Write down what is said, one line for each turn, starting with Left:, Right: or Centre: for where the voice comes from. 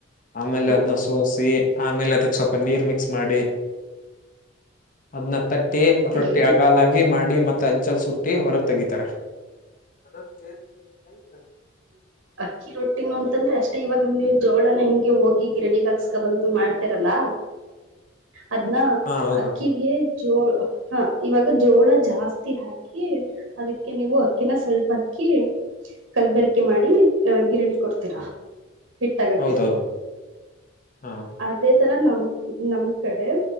Left: ಆಮೇಲೆ
Right: ಹಾ
Left: ಅದ್ನ್ನ ಸೋಸಿ ಆಮೇಲೆ ಅದಕ್ ಸ್ವಲ್ಪ ನೀರ್ ಮಿಕ್ಸ್ ಮಾಡಿ ಹತ್ತ ಟ್ಟಿ
Right: ಸರಿ
Left: ರೊಟ್ಟಿ ಅಗಾಲಾಗಿ ಮಾಡಿ ಮತ್ತೆ ಅಂಚಲ್ ಸುಟ್ಟಿ ಹೊರಗ್ ತೆಗಿತಾರೆ ಅದ್ಟೇ <unintelligible>
Right: ಅಕ್ಕಿ ರೊಟ್ಟಿನ ಅಂತಂದ್ರೆ ಅಷ್ಟೇ ಇವಾಗ ನೀವು ಜೋಳನ ಹೆಂಗೆ ಹೋಗಿ ಗಿರಣಿಗ್ ಹಾಕ್ಸ್ಕ ಬಂದು ಮಾಡ್ತರಲ್ಲ ಅದನ್ನ
Left: ಹಾ ಹೌದು
Right: ಅಕ್ಕಿಗೆ ಜೋ ಹಾ ಇವಾಗ ಜೋಳ ಜಾಸ್ತಿ ಹಾಕಿ ಅದಕ್ಕೆ ನೀವು ಅಕ್ಕಿನ ಸ್ವಲ್ಪ ಅಕ್ಕಿ ಕಲ್ಬರ್ಕೆ ಮಾಡಿ ಅ ಗಿರಣಿ ಗೆ ಕೊಡ್ತೀರಾ ಹಿಟ್ಟಾಗಕ್ಕೆ
Left: ಹೌದೌದು ಹಾ
Right: ಅದೇ ತರ ನಮ ನಮ್ ಕಡೆ